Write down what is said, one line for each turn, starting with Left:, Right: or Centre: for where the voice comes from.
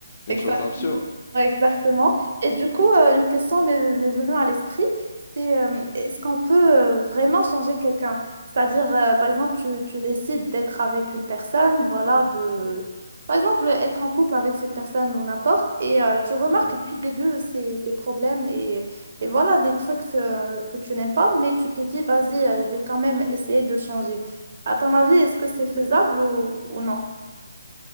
Left: Une
Right: Exactement.
Left: chose absurde.
Right: Ouais, exactement.
Left: Mhm,
Right: Et du coup, euh, une question m'est m'est venue à l'esprit, c'est euh,
Left: mhm,
Right: est-ce qu'on peut euh, vraiment changer quelqu'un? C'est-à-dire, euh, par exemple, tu, tu décides d'être avec une personne, voilà, de...
Left: Ouais,
Right: Par exemple, être en couple avec cette personne ou n'importe, et euh, tu remarques
Left: ouais.
Right: dès le début ses, ses problèmes et, et voilà des trucs euh, que tu n'aimes pas, mais tu te dis, vas-y, euh, je vais quand même essayer de changer. À ton avis, est-ce que c'est faisable ou, ou non?